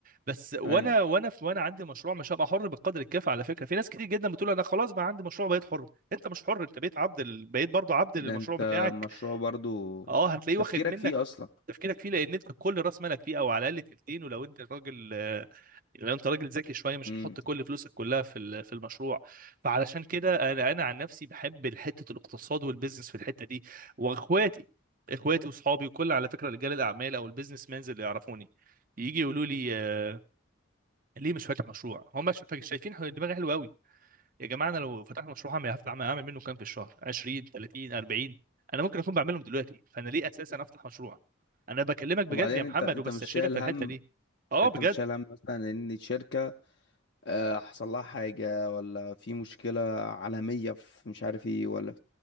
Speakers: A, on the right; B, on the left.
A: بس وانا
B: ايوه
A: وانا في وانا عندي مشروع مش هبقى حر بالقدر الكافي على فكره في ناس كتير جدا بتقول انا خلاص بقى عندي مشروع بقيت حر انت مش حر انت بقيت عبد ال... بقيت برضه عبد للمشروع
B: ده انت
A: بتاعك
B: مشروع برضو
A: اه هتلاقيه
B: تفكيرك
A: واخد منك
B: فيه اصلا
A: تفكيرك فيه لان انت كل راس مالك فيه او على الاقل تلتين ولو انت راجل آه، لو انت راجل ذكي شويه مش
B: مم.
A: هتحط كل فلوسك كلها في ال- في المشروع فعلشان كده انا انا عن نفسي بحب حته الاقتصاد والبيزنس في الحته دي واخواتي اخواتي واصحابي وكل على فكره رجال الاعمال او البيزنس مانز اللي يعرفوني يجي يقولوا لي آه، ليه مش فاتح مشروع هم شايفين دماغي حلوه قوي يا جماعه انا لو فتحت مشروع هعمل هفتح اعمل منه كام في الشهر 20 30 40 انا ممكن اكون بعملهم دلوقتي فانا ليه اساسا <laughs> افتح مشروع انا بكلمك بجد
B: وبعدين
A: يا محمد
B: انت انت
A: وبستشيرك
B: مش شايل
A: في
B: هم
A: الحته دي اه
B: انت
A: بجد
B: مش شايل هم مثلا ان شركة آه، حصل لها حاجة ولا في مشكلة عالمية في مش عارف ايه ولا